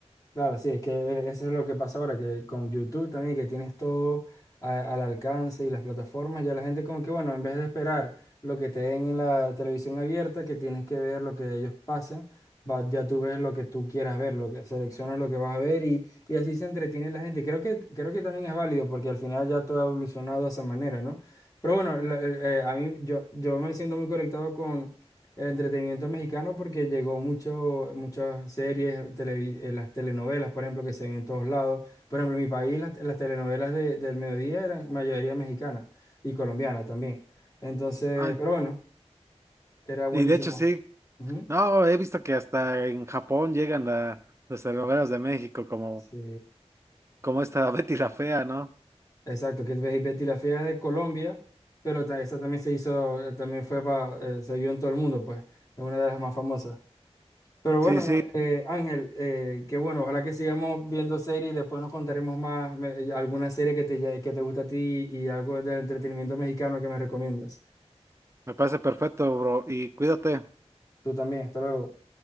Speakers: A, on the left; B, on the right.
A: Claro, sí, es que eh, eso es lo que pasa ahora, que con YouTube también, que tienes todo a- al alcance y las plataformas, ya la gente como que, bueno, en vez de esperar lo que te den en la televisión abierta, que tienes que ver lo que ellos pasen, va- ya tú ves lo que tú quieras ver, lo que seleccionas lo que vas a ver y, y así se entretiene la gente. Creo que, creo que también es válido porque al final ya todo ha evolucionado de esa manera, ¿no? Pero bueno, la- eh, eh, a mí yo, yo me siento muy conectado el entretenimiento mexicano porque llegó mucho, muchas series, televi- eh, las telenovelas, por ejemplo, que se ven en todos lados. Por ejemplo, en mi país las, las telenovelas de- del mediodía eran mayoría mexicana y colombiana también. Entonces,
B: Ah,
A: pero bueno, era buenísimo.
B: y de hecho sí,
A: Ujú.
B: no, he visto que hasta en Japón llegan la- las telenovelas de México como,
A: Sí,
B: como esta <laughs> Betty la Fea, ¿no?
A: exacto, que ves Betty la Fea es de Colombia, pero ta- esa también se hizo, eh, también fue para, se vio en todo el mundo, pues, es una de las más famosas. Pero
B: Sí,
A: bueno,
B: sí,
A: eh, Ángel, eh, que bueno, ojalá que sigamos viendo series y después nos contaremos más me- eh, alguna serie que te, que te gusta a ti y algo del entretenimiento mexicano que me recomiendas.
B: me parece perfecto, bro, y cuídate.
A: Tú también, hasta luego.